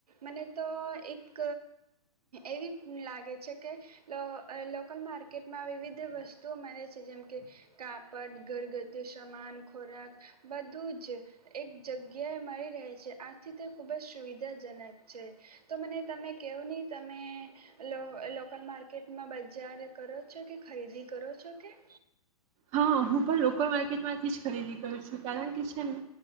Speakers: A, on the right; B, on the right.
A: મને તો એક એવી લાગે છે કે લો લોકલ માર્કેટમાં વિવિધ વસ્તુઓ મળે છે જેમ કે કાપડ ઘરગથું સમાન ખોરાક બધું જ એક જગ્યાએ મળી રહે છે. આથી તે ખૂબ જ સુવિધાજનક છે તો મને તમે કેવો ની તમે લો લોકલ માર્કેટમાં બજાર કરો છો કે ખરીદી કરો છો કે.
B: હા હું પણ લોકલ માર્કેટમાંથી જ ખરીદી કરું છું કારણ કે છે ને